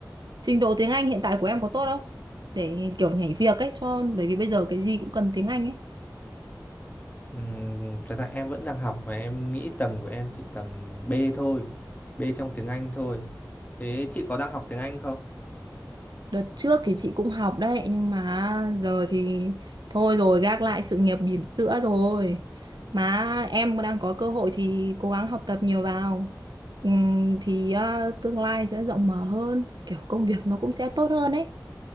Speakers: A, on the right; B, on the left.
A: Trình độ tiếng Anh hiện tại của em có tốt không? Để kiểu nhảy việc ấy cho bởi vì bây giờ cái gì cũng cần tiếng Anh ấy.
B: Ừm, thật ra em vẫn đang học và em nghĩ tầm của em chỉ tầm B thôi B trong tiếng Anh thôi thế chị có đang học tiếng Anh không?
A: Đợt trước thì chị cũng học đấy nhưng mà giờ thì thôi rồi gác lại sự nghiệp bỉm sữa rồi. Mà em đang có cơ hội thì cố gắng học tập nhiều vào. Ừm, thì à, tương lai sẽ rộng mở hơn, kiểu công việc nó cũng sẽ tốt hơn ấy.